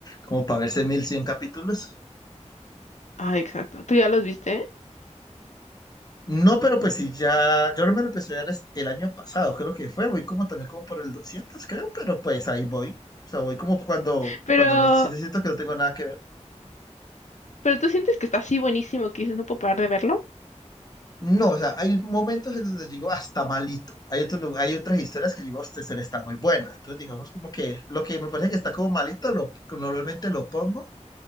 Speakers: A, on the left; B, on the left.
A: Como para verse 1100 capítulos.
B: Ah, exacto. ¿Tú ya los viste?
A: No, pero pues sí, ya. Yo me lo empecé a ver es- el año pasado, creo que fue. Voy como también como por el 200 creo, pero pues ahí voy. O sea, voy como cuando,
B: Pero
A: cuando no sí sí siento que no tengo nada que ver.
B: Pero tú sientes que está así buenísimo que dices, no puedo parar de verlo.
A: No, o sea, hay momentos en donde digo hasta malito. Hay otros, lu- hay otras historias que digo, esta historia está muy buena. Entonces, digamos como que lo que me parece que está como malito, lo, normalmente lo pongo